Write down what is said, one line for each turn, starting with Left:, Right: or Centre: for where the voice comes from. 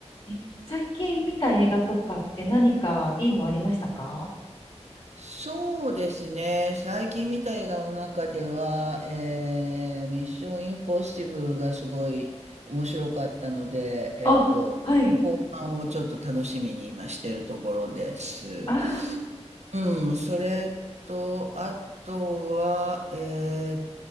Left: え最近見た映画とかって何かいいのありましたか
Right: そうですね。最近見た映画の中では、えー、ミッションインポッシブルがすごい面白かったので、えっと、
Left: あ、はい。
Right: 後半をちょっと楽しみに今しているところです。
Left: ああ、
Right: うん、それと、あとは、えーっ